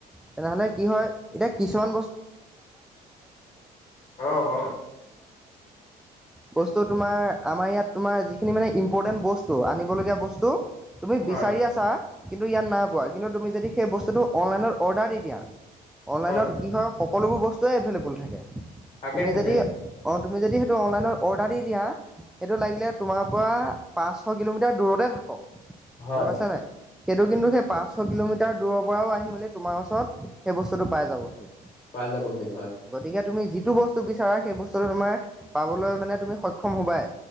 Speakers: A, in the centre; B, on the left.
A: তেনেহ'লে কি হয় <unintelligible> কিছুমান
B: অ অ
A: বস্তু তোমাৰ আমাৰ ইয়াত তোমাৰ যিখিনি মানে ইম্পৰ্টেণ্ট বস্তু, আনিবলগীয়া বস্তু তুমি
B: হয়
A: বিচাৰি আছা কিন্তু ইয়াত নাই পোৱা। কিন্তু তুমি যদি সেই বস্তুটো অনলাইনত অৰ্ডাৰ দি দিয়া, অনলাইনত
B: হয়
A: কি হয়ওক সকলোবোৰ বস্তুৱে এভেইলেবল থাকে।
B: থাকে
A: তুমি
B: থাকে
A: যদি তুমি যদি সেইটো অনলাইনত অৰ্ডাৰ দি দিয়া সেইটো লাগিলে তোমাৰ পৰা পাঁচশ কিলোমিটাৰ দূৰতে থাকক
B: হয়।
A: গম। পাইছ নে? সেইটো কিন্তু সেই পাঁচশ কিলোমিটাৰ দূৰৰ পৰাও আহি মেলি তোমাৰ ওচৰত সেই বস্তুটো পাই যাবহি।
B: পাই যাবহি হয়।
A: গতিকে তুমি যিটো বস্তু বিচাৰা সেই বস্তুতটো তোমাৰ পাবলৈ মানে তুমি সক্ষম হোবাই।